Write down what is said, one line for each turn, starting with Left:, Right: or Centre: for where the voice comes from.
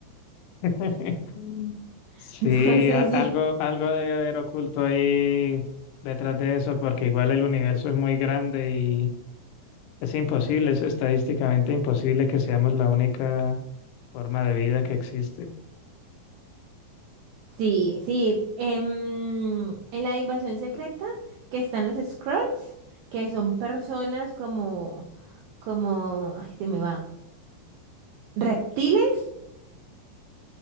Left: <laughs>
Right: <laughs>
Left: Sí,
Right: No sé
Left: al-
Right: si.
Left: algo, algo debe haber oculto ahí detrás de eso, porque igual el universo es muy grande y es imposible, es estadísticamente imposible que seamos la única forma de vida que existe.
Right: Sí, sí. em, en la invasión secreta que están los Skrulls, que son personas como, como, ay, se me va. Reptiles